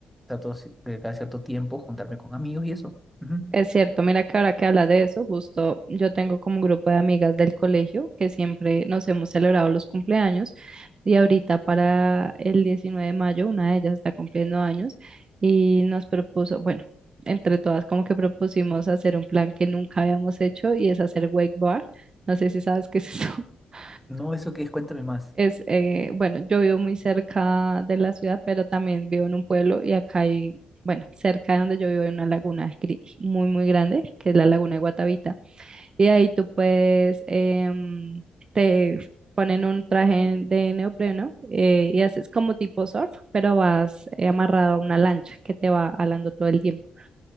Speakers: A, in the centre; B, on the right.
A: trato ci- de cada cierto tiempo juntarme con amigos y eso. Ujú.
B: Es cierto, mira que ahora que hablas de eso, justo yo tengo como un grupo de amigas del colegio que siempre nos hemos celebrado los cumpleaños y ahorita para el 19 de mayo una de ellas está cumpliendo años y nos propuso, bueno, entre todas como que propusimos hacer un plan que nunca habíamos hecho y es hacer wake bar. No sé si sabes qué es eso. <laughs>
A: No, eso que es, cuéntame más.
B: Es, eh, bueno, yo vivo muy cerca de la ciudad, pero también vivo en un pueblo y acá hay, bueno, cerca de donde yo vivo hay una laguna gri- muy, muy grande, que es la laguna de Guatavita. Y ahí tú puedes, em, te ponen un traje de neopreno eh, y haces como tipo surf, pero vas eh, amarrado a una lancha que te va alando todo el tiempo.